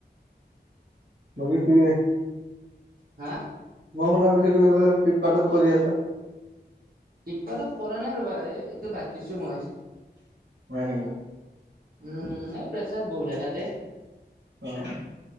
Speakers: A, on the right; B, on the right.
A: বাকী কি?
B: হা'।
A: মই শুনা পাইছোঁ তুমি বোলে ফ্লিপকাৰ্টত কৰি আছা?
B: ফ্লিপকাৰ্টত কৰা নাই ৰ'বা এই এইটো বাতিছো মই।
A: বুঢ়া কেনেকুৱা
B: উম', এই প্ৰেচাৰ বহুত এ তাতে।
A: অ'।